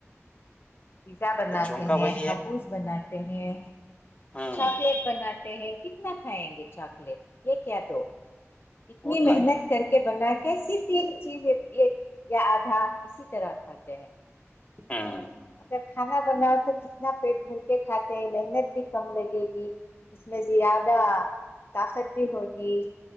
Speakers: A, on the left (about 45°); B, on the left (about 25°).
A: پیزا بناتے
B: بچوں کا
A: ہیں
B: وہی ہے
A: حبوز بناتے ہیں
B: ہوں
A: چاکلیٹ بناتے ہیں کتنا کھائیں گے چاکلیٹ یہ کیا دو اتنی
B: اتنا
A: محنت
B: ہی
A: کر کے بنا کے صرف چیز یا آدھا اسی طرح کھاتے ہیں
B: ہاں <inaudible>
A: اگر کھانا بناؤ تو کتنا پیٹ بھر کے کھاتے ہیں محنت بھی کم لگے گی اس میں سے زیادہ طاقت بھی ہوگی